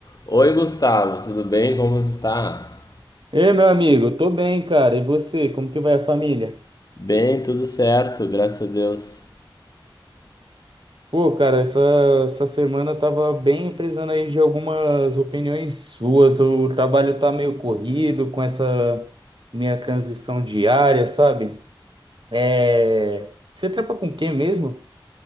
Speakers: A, on the left (about 45°); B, on the right (about 65°).
A: Oi, Gustavo, tudo bem? Como você tá?
B: Ei, meu amigo, tô bem, cara. E você, como que vai a família?
A: Bem, tudo certo, graças a Deus.
B: Pô, cara, essa, essa semana eu tava bem precisando aí de algumas opiniões suas. O trabalho tá meio corrido com essa minha transição diária, sabe? É... Você trampa com o quê mesmo?